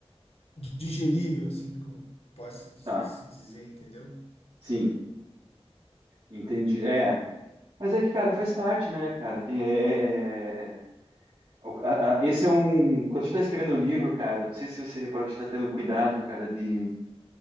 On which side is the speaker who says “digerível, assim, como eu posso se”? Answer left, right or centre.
Left